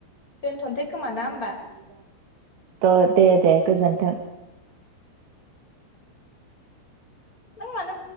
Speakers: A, on the left (about 20°); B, on the right (about 65°).
A: दोनथ'नोसै खोमा ना होमबा?
B: द दे दे गोजोन्थों।
A: नों मानोब